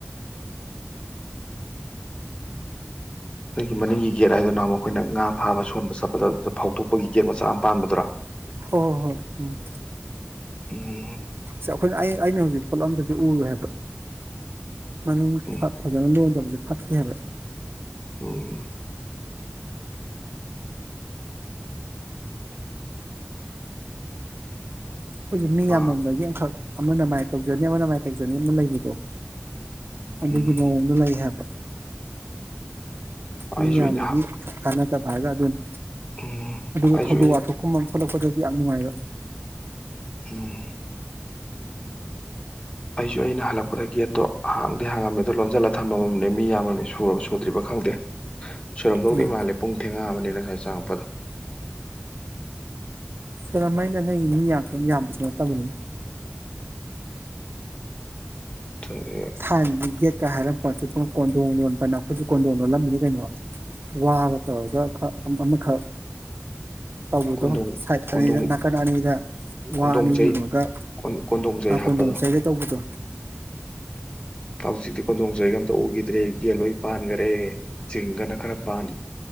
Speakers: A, on the left; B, on the right.
A: ꯑꯗꯨꯒꯤ ꯃꯅꯤꯡꯒꯤ ꯒꯦꯠ ꯍꯥꯏꯗꯨꯅ ꯃꯈꯣꯏꯅ ꯉꯥ ꯊꯥꯕ ꯁꯣꯟꯕ ꯆꯠꯄꯗ ꯑꯗꯨꯗ ꯐꯥꯎꯗꯣꯛꯄꯒꯤ ꯒꯦꯠ ꯃꯆꯥ ꯑꯃ ꯄꯥꯟꯕꯗꯨ꯭ꯔꯥ
B: ꯍꯣꯏ ꯍꯣꯏ ꯍꯣꯏ ꯎꯝ
A: ꯎꯝ
B: ꯑꯩꯈꯣꯏꯅ ꯑꯩ ꯑꯩꯅ ꯍꯧꯖꯤꯛ ꯊꯣꯛꯂꯛꯑꯗꯗꯤ ꯎꯔꯨ ꯍꯥꯏꯕ ꯃ
A: ꯎꯝ
B: ꯐꯖꯅ ꯂ ꯁ ꯐꯠꯀꯦ ꯍꯥꯏꯔ
A: ꯑꯣꯝ
B: ꯍꯧꯈꯖꯤꯛ ꯃꯤ
A: ꯑꯥ
B: ꯌꯥꯝꯃꯒꯤ ꯑꯃꯈꯛ ꯑꯃꯅ ꯃꯥꯏꯅ ꯇꯧꯖꯅꯤ ꯑꯃꯅ ꯃꯥꯏꯅ ꯇꯧꯖꯅꯤ ꯑꯃ ꯂꯩꯕꯗꯣ ꯑꯗꯨꯒꯤ
A: ꯎꯝ
B: ꯃꯑꯣꯡꯗ ꯂꯩ ꯍꯥꯏꯕ
A: ꯑꯩꯁꯨ
B: ꯃꯤ ꯌꯥꯕꯒꯤ
A: ꯑꯩꯅ
B: ꯀꯥꯅꯥ ꯆ ꯄꯥꯏꯒ ꯑ ꯑꯗꯨꯅ
A: ꯎꯝ
B: ꯑꯗꯨꯒ
A: ꯑꯩꯁꯨ
B: ꯊꯧꯗꯣꯛ
A: ꯑꯩ
B: ꯋꯥꯊꯣꯛꯀꯨꯝ ꯊꯣꯛꯂꯛꯄꯗ ꯌꯥꯝ ꯅꯨꯡꯉꯥꯏꯕ
A: ꯎꯝ ꯑꯩꯁꯨ ꯑꯩꯅ ꯍꯜꯂꯛꯄꯗ ꯒꯦꯠꯇꯣ ꯍꯥꯡꯗꯦ ꯍꯥꯡꯉꯝꯃꯦꯗꯣ ꯂꯣꯟꯁꯤꯜꯂꯒ ꯊꯝꯕꯃꯝꯅꯦ ꯃꯤ ꯌꯥꯝꯃꯝꯅꯦ ꯁꯨꯔꯕ ꯁꯨꯗ꯭ꯔꯤꯕ ꯈꯪꯗꯦ ꯁꯣꯏꯨꯔꯝꯗꯧꯗꯦ
B: ꯎꯝ
A: ꯃꯥꯜꯂꯦ ꯄꯨꯡ ꯊꯦꯡꯉꯛꯑꯕꯅꯤꯅ ꯉꯁꯥꯏ ꯆꯪꯉꯛꯄꯗꯣ
B: ꯁꯅꯃꯩꯅ ꯅꯣꯏꯒꯤ ꯃꯤ ꯌꯥꯝꯕꯁꯨ ꯅꯠꯇꯕꯅꯤꯅ
A: ꯊ
B: ꯊꯥꯏꯅꯒꯤ ꯌꯦꯛꯀ ꯍꯥꯏꯔꯄ ꯀꯣꯟꯊꯣꯡ ꯂꯣꯟꯕꯅ ꯑꯩꯈꯣꯏꯁꯨ ꯀꯣꯟꯗꯣꯡ ꯂꯣꯜꯂꯝꯃꯤꯅꯤ ꯀꯩꯅꯣ ꯋꯥꯒ ꯇꯧꯔꯒ ꯑꯃꯈꯛ ꯇꯧꯕꯗꯣ
A: ꯀꯣꯟꯗꯣꯡ
B: ꯁꯥꯏꯠ
A: ꯀꯣꯟꯗꯣꯡ
B: ꯑꯅꯤꯗ ꯅꯥꯀꯟ ꯑꯅꯤꯗ ꯋꯥ
A: ꯀꯣꯟꯗꯣꯡ
B: ꯑꯅꯤ
A: ꯆꯩ
B: ꯌꯨꯝꯉꯒ
A: ꯀꯣꯟꯗꯣꯡ ꯆꯩ ꯍꯥꯞꯄꯗꯣ
B: ꯀꯣꯟꯗꯣꯝ ꯆꯩꯗ ꯇꯧꯕꯗꯣ
A: ꯍꯧꯖꯤꯛꯇꯤ ꯀꯣꯟꯗꯣꯡꯁ ꯑꯩꯒ ꯑꯝꯇ ꯎꯈꯤꯗ꯭ꯔꯦ ꯌꯦꯟꯂꯣꯏ ꯄꯥꯟꯈꯔꯦ ꯆꯤꯡꯒꯅ ꯈꯔ ꯄꯥꯟ